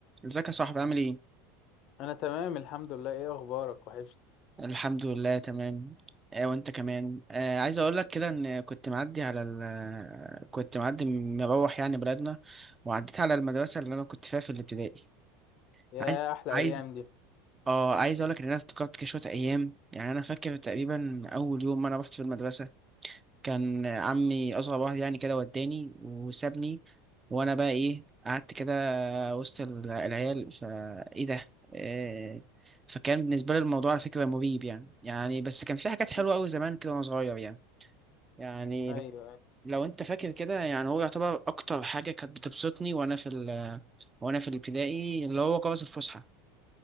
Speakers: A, on the right; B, on the left.
A: ازيك يا صاحبي عامل ايه؟
B: انا تمام الحمد لله ايه اخبارك وحشت
A: الحمد لله تمام آه وانت كمان آه عايز اقول لك كده ان كنت معدي على ال آه، كنت معدي مروح يعني بلدنا وعديت على المدرسة اللي انا كنت فيها في الابتدائي
B: يا
A: عايز
B: احلى
A: عايز
B: ايام دي
A: اه عايز اقول لك ان انا افتكرت كده شوية ايام يعني انا فاكر تقريبا اول يوم ما انا رحت في المدرسة كان عمي اصغر واحد يعني كده وداني وسابني وانا بقى ايه قعدت كده وسط ال- العيال فايه ده آه، فكان بالنسبه لي الموضوع على فكره مريب يعني يعني بس كان في حاجات
B: مم.
A: حلوه قوي زمان كده وانا صغير يعني يعني
B: ايوه أيوة.
A: لو انت فاكر كده يعني هو يعتبر اكتر حاجه كانت بتبسطني وانا في ال وانا في الابتدائي اللي هو جواز الفسحه